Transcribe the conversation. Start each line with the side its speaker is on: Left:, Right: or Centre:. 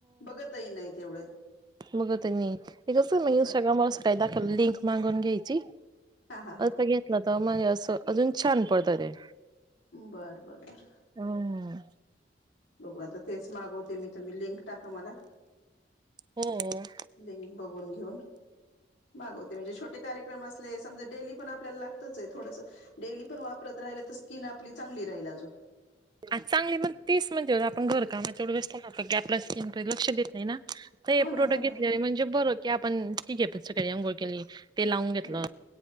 Left: बघतही नाही तेवढं
Right: बगा तुम्ही हे कसंनी मी इंस्टाग्रामवर असं काही दाखवल लिंक मागून घ्यायची
Left: हा हा हा
Right: असं
Left: हा
Right: घेतलाता मग असं अजून छान पळतायतेत.
Left: बरं बर बर
Right: हुं
Left: बघू आता तेच मागवते मी तुम्ही लिंक टाका मला
Right: हुं
Left: लिंक बघून घेऊ मागवते म्हणजे छोटे कार्यक्रम असले समजा डेली पण आपल्याला लागतच येतं थोडस डेली पण वापरत राहिल तर स्किन आपली चांगली राहील अजून.
Right: आ चांगली मग तेच म्हणत्यात आपण घरकामात. एवढे व्यस्त राहतो की आपल्या स्किनकडे लक्ष देत नाही नां तर हे
Left: हो ना
Right: प्रोडक्ट
Left: हो ना
Right: घेतलेले म्हणजे बरं की आपण ठीकयेत घेतात सगळी आंघोळ केली ते लावून घेतलं
Left: हम्म